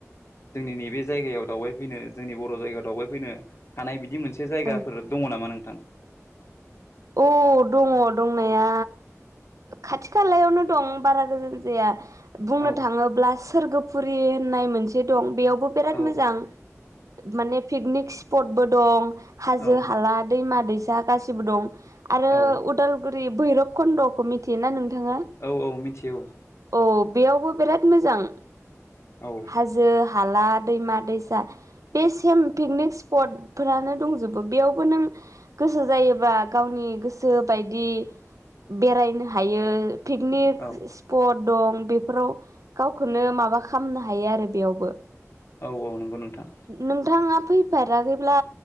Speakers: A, on the left; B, on the right.
A: जोंनि नैबे जायगायाव दावबायफैनो जोंनि बर' जायगायाव दावबायफैनो हानाय बिदि मोनसे से जायगाफोर
B: औ
A: दङ नामा नोंथां?
B: अ दङ' दंनाया खाथि खालायावनो दं बारा गोजान जाया। बुंनो
A: औ
B: थाङोब्ला सोरगोफुरि होननाय मोनसे दं बेयावबो बेराद
A: औ
B: मोजां। माने पिकनिक स्पटबो दं हाजो
A: औ
B: हाला दैमा दैसा गासिबो दं। आरो
A: औ
B: उदालगुरि भैरब कन्द'खौ मिथियोना नोंथाङा?
A: औ औ मिथि औ।
B: अ बेयावबो बिराद मोजां।
A: औ।
B: हाजो हाला, दैमा दैसा। बे सेम पिकनिक स्पट फोरानो दंजोबो बेयावबो नों गोसो जायोबा गावनि गोसो बायदि बेरायनो हायो पिकनिक
A: औ
B: स्फट दं बेफोराव गावखौनो माबा खामनो हायो आरो बेयावबो।
A: औ औ नंगौ नोंथां।
B: नोंथाङा फैफेराखैब्ला